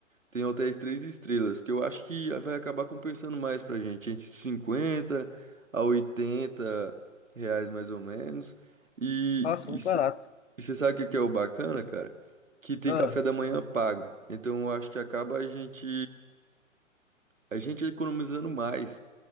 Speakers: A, on the right (about 75°); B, on the left (about 60°).
A: Tem hotéis três estrelas, que eu acho que vai acabar compensando mais pra gente. Entre cinquenta a oitenta reais mais ou menos. E
B: Nossa, muito barato.
A: você sabe o que que é o bacana, cara? Que tem
B: Ah,
A: café da manhã pago. Então eu acho que acaba a gente a gente economizando mais.